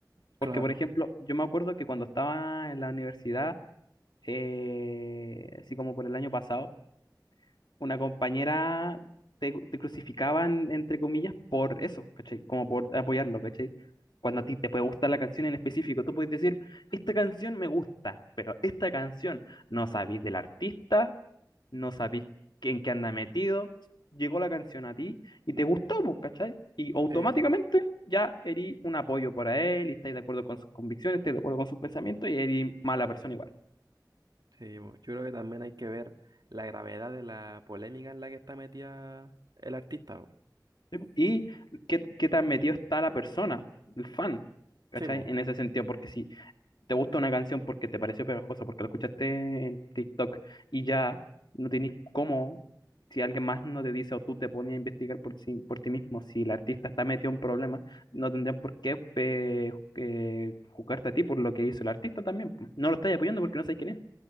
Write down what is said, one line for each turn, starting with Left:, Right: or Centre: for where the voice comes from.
Right: Claro,
Left: Porque, por ejemplo, yo me acuerdo que cuando estaba en la universidad, eh, así como por el año pasado, una compañera te, te crucificaban, entre comillas, por eso, ¿cachai? Como por apoyarlo, ¿cachai? Cuando a ti te puede gustar la canción en específico, tú puedes decir, esta canción me gusta, pero esta canción no sabéis del artista, no sabís qué- en qué anda metido, llegó la canción a ti y te gustó, pues, ¿cachai? Y automáticamente
Right: sí, bu-
Left: ya erí un apoyo para él, y estáis de acuerdo con sus convicciones, estáis de acuerdo con sus pensamientos y erí mala persona igual.
Right: sí, bu. Yo creo que también hay que ver la gravedad de la polémica en la que está metida el artista, bu.
Left: ¿sí? pues, Y qué, qué tan metido está la persona, el fan, ¿cachai?
Right: Sí, bu.
Left: En ese sentido, porque si te gusta una canción porque te pareció pegajosa, porque la escuchaste en TikTok y ya no tenés cómo, si alguien más no te dice o tú te pones a investigar por, sí- por ti mismo, si el artista está metido en problemas, no tendrían por qué eh, eh, juzgarte a ti por lo que hizo el artista también. po. No lo estás apoyando porque no sabes quién es.